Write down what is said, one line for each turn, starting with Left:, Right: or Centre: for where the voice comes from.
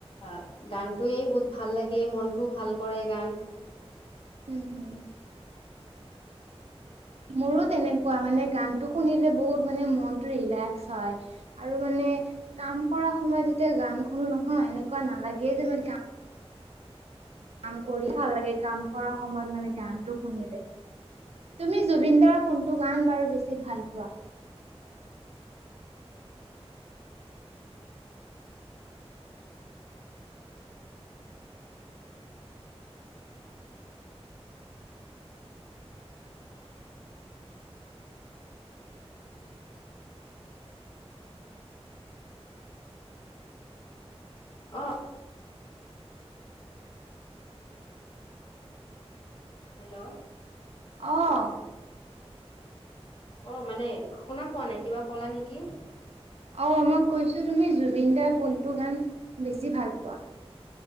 Left: অ' গানটোৱে বহুত ভাল লাগে, মনটোও ভাল কৰে গান
Right: হু', হু' মোৰো তেনেকুৱা মানে গানটো শুনিলে বহুত মানে মনটো ৰিলেক্স হয়, আৰু মানে কাম কৰা সময়ত যেতিয়া গান শুনো নহয়, এনেকুৱা নালাগে যে মই কা কাম কৰি ভাল লাগে, কাম কৰা সময়ত মানে গানটো শুনিলে। তুমি জুবিন দাৰ কোনটো গান বাৰু বেছি ভাল পোৱা?
Left: অ' হেল্লো
Right: অ'
Left: অ' মানে শুনা পোৱা নাই, কিবা কলা নেকি?
Right: অ' মই কৈছোঁ তুমি জুবিন দাৰ কোনটো গান বেছি ভাল পোৱা?